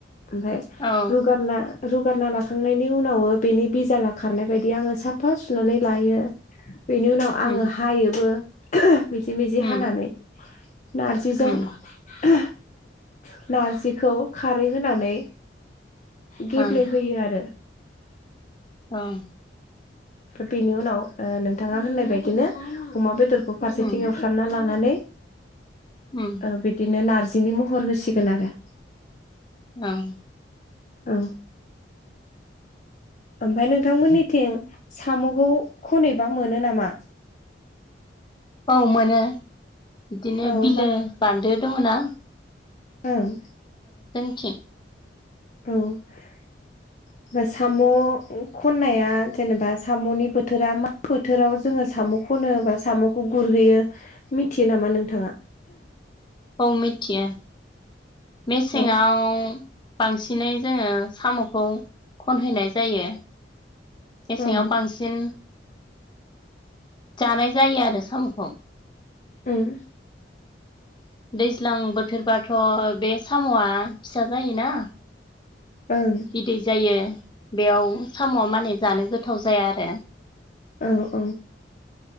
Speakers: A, on the left (about 45°); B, on the left (about 25°).
A: ओमफ्राय
B: औ
A: रुगारना रुगारना लाखांनायनि उनाव बेनि बिजाला खारनाय बायदि आङो साफा सुनानै लायो। बेनि उनाव आङो
B: उम
A: हायोबो <unintelligible> मिजि मिजि
B: उम
A: हानानै नारजिजों
B: उम
A: <unintelligible> नारजिखौ खारै होनानै गेब्लेहोयो
B: ओं
A: आरो।
B: ओं
A: बेनि उनाव ओ नोंथाङा होननाय बायदिनो अमा बेदरखौ फारसेथिं
B: उम
A: एवफ्रामना लानानै <inaudible>
B: उम
A: ओ बिदिनो नारजि बिनि महर होसिगोन आरो।
B: ओं
A: ओं ओमफ्राय नोंथांमोननिथिं साम'खौ खनैबा मोनो नामा?
B: औा मोनो। बिदिनो
A: औ होमबा
B: बिलो बानदो दङ'ना?
A: ओं
B: <unintelligible>
A: औ साम' खननाया जेनेबा साम'नि बोथोरा मा बोथोराव जोङो साम' खनो बा साम'खौ गुरहैयो मिथियो नामा नोंथाङा?
B: औ मिथियो मेसेङाव।
A: औ
B: बांसिनै जोङो साम'खौ खनहैनाय जायो। मेसेङाव
A: ओं
B: बांसिन जानाय जायो आरो साम'खौ।
A: उम
B: दैज्लां बोथोरबाथ' बे साम'आ फिसा जायो ना।
A: ओं
B: बिदै जायो बेयाव साम'आ माने जानो गोथाव जाया आरो
A: औ औ